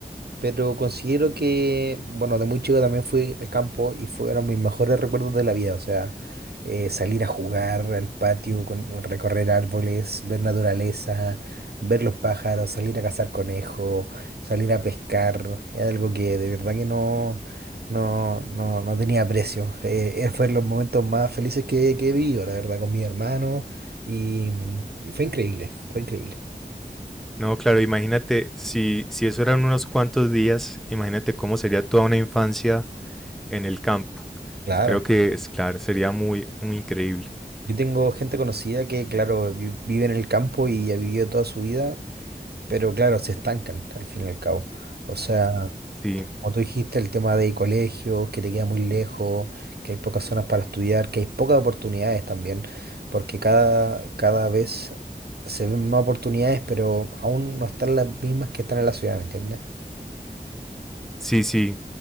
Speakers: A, on the right; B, in the centre.
A: Pero considero que, bueno, de muy chico también fui al campo y fueron mis mejores recuerdos de la vida. O sea, eh, salir a jugar al patio, con, recorrer árboles, ver naturaleza, ver los pájaros, salir a cazar conejos, salir a pescar. Es algo que de verdad que no, no, no, no tenía precio. Eh, eh, fue los momentos más felices que, que he vivido, la verdad, con mi hermano. Y, y fue increíble, fue increíble.
B: No, claro, imagínate, si, si eso eran unos cuantos días, imagínate cómo sería toda una infancia en el campo.
A: Claro.
B: Pues Creo que es claro, sería muy, muy increíble.
A: Yo tengo gente conocida que, claro, vi- vive en el campo y ha vivido toda su vida, pero claro, se estancan al fin y al cabo. O sea,
B: Sí,
A: como tú dijiste, el tema de colegios, que te queda muy lejos, que hay pocas zonas para estudiar, que hay pocas oportunidades también, porque cada, cada vez se ven más oportunidades, pero aún no están las mismas que están en la ciudad, ¿me entiendes?
B: sí, sí.